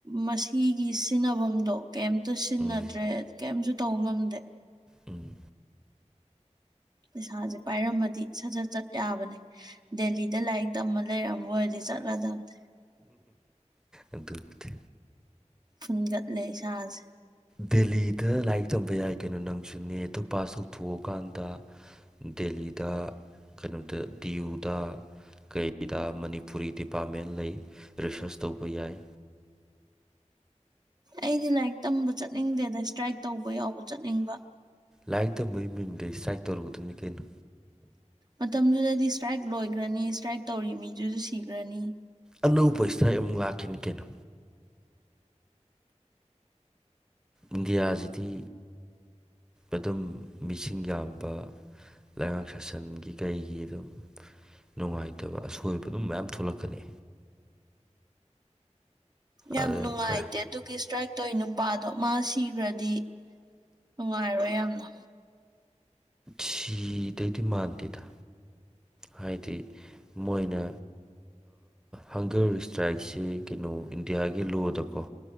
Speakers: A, on the right; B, in the centre.
A: ꯃꯁꯤꯒꯤ ꯁꯤꯖꯤꯟꯅꯐꯝꯗꯣ ꯀꯩꯝꯇ ꯁꯤꯖꯤꯟꯅꯗ꯭ꯔꯦ
B: ꯎꯝ
A: ꯀꯔꯤꯝꯁꯨ ꯇꯧ ꯉꯝꯗꯦ
B: ꯎꯝ
A: ꯄꯩꯁꯥꯖꯦ ꯄꯥꯏꯔꯝꯃꯗꯤ ꯁ ꯖꯠ ꯆꯠ ꯌꯥꯕꯅꯦ ꯗꯦꯂꯤꯗ ꯂꯥꯏꯔꯤꯛ ꯇꯝꯃ ꯂꯩꯔꯝꯃꯣꯏꯔꯗꯤ ꯆꯠꯂꯗꯝꯕ
B: ꯑꯗꯨꯗꯤ.
A: ꯐꯨꯟꯒꯠꯂꯦ ꯏꯁꯥꯁꯦ꯫
B: ꯗꯦꯜꯂꯤꯗ ꯂꯥꯏꯔꯤꯛ ꯇꯝꯕ ꯌꯥꯏ ꯀꯩꯅꯣ ꯅꯪꯁꯨ ꯅꯦꯠꯇꯣ ꯄꯥꯁ ꯇꯧꯊꯣꯛꯑꯀꯥꯟꯗ꯫ ꯗꯦꯜꯂꯤꯗ ꯀꯩꯅꯣꯗ ꯗꯤꯌꯎꯗ꯫ ꯀꯩꯗ ꯃꯅꯤꯄꯨꯔꯤ ꯗꯤꯄꯥꯔꯠꯃꯦꯟ ꯂꯩ ꯔꯤꯁꯔꯁ ꯇꯧꯕ ꯌꯥꯏ꯫
A: ꯑꯩꯗꯤ ꯂꯥꯏꯔꯤꯛ ꯇꯝꯕ ꯆꯠꯅꯤꯡꯗꯦꯗ ꯏꯁꯇ꯭ꯔꯥꯏꯛ ꯇꯧꯕ ꯌꯥꯎꯕ ꯆꯠꯅꯤꯡꯕ꯫
B: ꯂꯥꯏꯔꯤꯛ ꯇꯝꯕꯒꯤ ꯃꯃꯤꯡꯗ ꯏꯁꯇ꯭ꯔꯥꯏꯛ ꯇꯧꯔꯨꯒꯗꯕꯅꯤ ꯀꯩꯅꯣ꯫
A: ꯃꯇꯝꯗꯨꯗꯗꯤ ꯏꯁꯇ꯭ꯔꯥꯏꯛ ꯂꯣꯏꯈ꯭ꯔꯅꯤ ꯏꯁꯇ꯭ꯔꯥꯏꯛ ꯇꯧꯔꯤ ꯃꯤꯗꯨꯁꯨ ꯁꯤꯈ꯭ꯔꯅꯤ꯫
B: ꯑꯅꯧꯕ ꯏꯁꯇ ꯑꯩ ꯑꯃꯨꯛ ꯂꯥꯛꯈꯤꯅꯤ ꯀꯩꯅꯣ꯫ ꯏꯟꯗꯤꯌꯥꯁꯤꯗꯤ ꯑꯗꯨꯝ ꯃꯤꯁꯤꯡ ꯌꯥꯝꯕ꯫ ꯂꯩꯉꯥꯛ ꯁꯥꯁꯟꯒꯤ ꯀꯩꯒꯤ ꯑꯗꯨꯝ ꯅꯨꯡꯉꯥꯏꯇꯕ ꯑꯁꯣꯏꯕ ꯑꯗꯨꯝ ꯃꯌꯥꯝ ꯊꯣꯛꯂꯛꯀꯅꯤ
A: ꯌꯥꯝꯅꯅꯨꯡꯉ
B: ꯑꯗ ꯀꯥꯏ
A: ꯑꯥꯏꯦ ꯑꯗꯨꯒꯤ ꯏꯁꯇ꯭ꯔꯥꯏꯛ ꯇꯧꯏ ꯅꯨꯄꯥꯗꯣ ꯃꯥ ꯁꯤꯈ꯭ꯔꯗꯤ ꯅꯨꯡꯉꯥꯏꯔꯣꯏ ꯌꯥꯝꯅ
B: ꯁꯤꯗꯩꯗꯤ ꯃꯥꯟꯗꯦꯗ ꯍꯥꯏꯗꯤ ꯃꯣꯏꯅ ꯍꯪꯒꯔ ꯏꯁꯇ꯭ꯔꯥꯏꯛꯁꯤ ꯀꯩꯅꯣ ꯏꯟꯗꯤꯌꯥꯒꯤ ꯂꯣꯗꯀꯣ